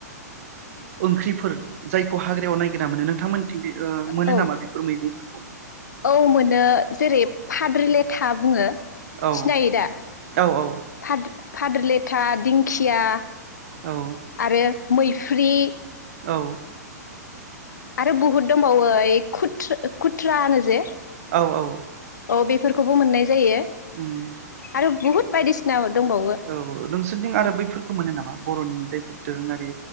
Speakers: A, on the right; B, on the left.
A: ओंख्रिफोर जायखौ हाग्रायाव नायगिरना मोनो नोंथांमोनथिं ओ मोनो
B: औ
A: नामा बेफोर मैगंफोरखौ
B: औ मोनो जेरै फाद्रिलेथा बुङो
A: औ
B: सिनायो दा
A: औ औ
B: फा फाद्रिले था दिंखिया
A: औ
B: आरो मैफ्रि
A: औ
B: आरो बहुद दं बावो ओइ खुद खुदथ्रा होनो जे
A: औ औ
B: औ बेफोरखौबो मोननाय जायो
A: उम
B: आरो बहुद बायदिसिना दंबावो
A: औ नोंसोरथिं आरो बैफोरखौ मोनो नामा बर'नि जायफोर दोरोङारि